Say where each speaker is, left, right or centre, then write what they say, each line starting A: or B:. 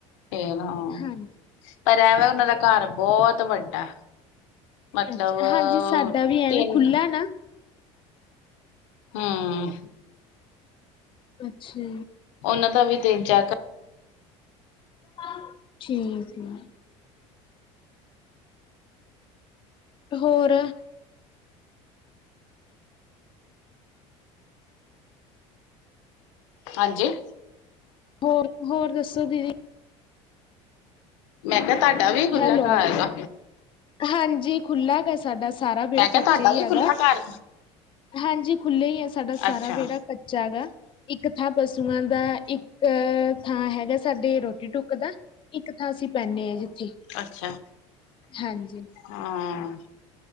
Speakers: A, on the left; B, on the left.
A: ਤੇ ਨਾ।
B: ਹਾਂ।
A: ਪਰ ਐਵੇ ਉਹਨਾਂ ਦਾ ਘਰ ਬਹੁਤ ਵੱਡਾ। ਮਤਲਬ
B: ਅੱਛਾ, ਹਾਂਜੀ ਸਾਡਾ ਵੀ ਐਵੇਂ
A: ਤਿੰਨ
B: ਖੁੱਲਾ ਨਾ।
A: ਹੂੰ।
B: ਅੱਛਾ।
A: ਉਹਨਾਂ ਦਾ ਵੀ ਤਿੰਨ ਚਾਰ ਘਰ,
B: ਹਾਂ, ਠੀਕ ਏ। ਹੋਰ।
A: ਹਾਂਜੀ।
B: ਹੋਰ, ਹੋਰ ਦੱਸੋ ਦੀਦੀ?
A: ਮੈਂ ਕਿਹਾ ਤੁਆਡਾ ਵੀ ਖੁੱਲਾ
B: ਹੈਲੋ,
A: ਘਰ ਆ
B: ਹਾਂਜੀ ਖੁੱਲਾ ਗਾ ਸਾਡਾ ਸਾਰਾ ਵੇੜਾ
A: ਮੈਂ ਕਿਹਾ
B: ਕੱਚੇ
A: ਤੁਹਾਡਾ
B: ਹੀ
A: ਵੀ ਖੁੱਲਾ
B: ਗਾ।
A: ਘਰ
B: ਹਾਂਜੀ ਖੁੱਲਾ ਹੀ ਆ ਸਾਡਾ ਸਾਰਾ
A: ਅੱਛਾ
B: ਵਿਹੜਾ ਕੱਚਾ ਹੈਗਾ। ਇੱਕ ਥਾਂ ਪਸੂਆਂ ਦਾ ਇੱਕ ਥਾਂ ਹੈਗਾ ਸਾਡੇ ਰੋਟੀ ਟੁਕ ਦਾ। ਇੱਕ ਥਾਂ ਅਸੀਂ ਬਹਨੇ ਹਾਂ ਜਿੱਥੇ।
A: ਅੱਛਾ,
B: ਹਾਂਜੀ।
A: ਹਾਂ।